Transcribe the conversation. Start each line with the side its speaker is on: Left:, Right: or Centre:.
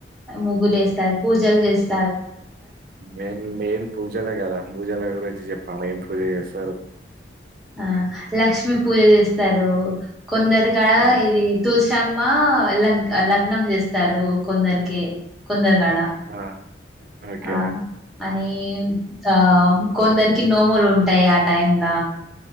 Centre: ముగ్గులు వేస్తారు పూజలు చేస్త
Right: మెయిన్ మెయిన్ పూజలే కదా పూజల గురించి చెప్పాం మేం పూజ చేసే
Centre: ఆ లక్ష్మీ పూజ చేస్తారు కొందరి కా
Right: ఆ!
Centre: ఇది తులస అమ్మ లాగ్ లాగ్ గ్నం చేస్తారు కొందరికి కొందరుగా డా
Right: ఆ! ఓకే.
Centre: ఆ అని ఇంకా కొందరికి నోములు ఉంటాయి టైమ్లా